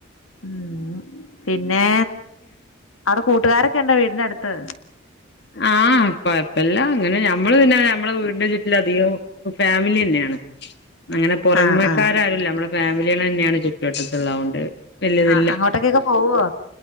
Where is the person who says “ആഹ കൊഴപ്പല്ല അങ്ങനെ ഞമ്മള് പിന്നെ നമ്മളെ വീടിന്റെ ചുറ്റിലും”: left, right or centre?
Left